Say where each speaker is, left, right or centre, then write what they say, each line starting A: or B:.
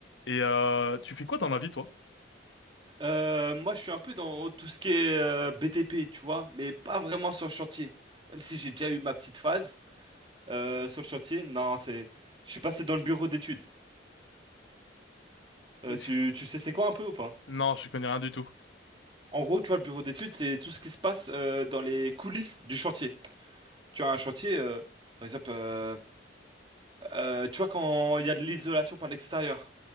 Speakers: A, on the left (about 75°); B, on the right (about 25°).
A: Et euh, tu fais quoi dans la vie, toi?
B: Euh, moi, je suis un peu dans tout ce qui est euh, BTP, tu vois, mais pas vraiment sur le chantier. Même si j'ai déjà eu ma petite phase euh, sur le chantier, non, c'est, je suis passé dans le bureau d'études. Euh,
A: Parce
B: tu,
A: que-
B: tu sais c'est quoi un peu ou pas?
A: Non, je connais rien du tout.
B: En gros, tu vois, le bureau d'études, c'est tout ce qui se passe euh, dans les coulisses du chantier. Tu as un chantier, euh, par exemple, euh, euh, tu vois quand il y a de l'isolation par l'extérieur,